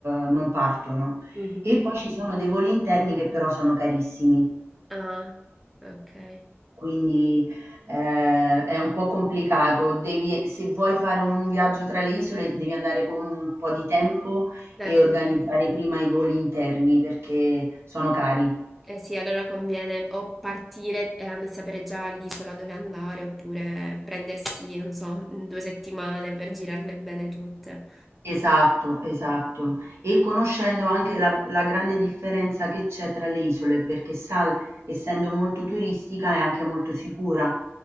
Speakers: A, on the right; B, in the centre.
A: eh, non partono.
B: Mhm.
A: E poi ci sono dei voli interni che però sono carissimi.
B: Ah, ok.
A: Quindi, ehm, è un po' complicato. Devi se vuoi fare un viaggio tra le isole devi andare con un po' di tempo
B: Dai,
A: e
B: scusa.
A: organizzare prima i voli interni perché sono cari.
B: eh sì, allora conviene o partire e and- sapere già l'isola dove andare, oppure prendersi, non so, due settimane per girarle bene tutte.
A: Esatto, esatto.
B: Mhm.
A: E conoscendo anche la, la grande differenza che c'è tra le isole, perché Sal, essendo molto turistica, è anche molto sicura.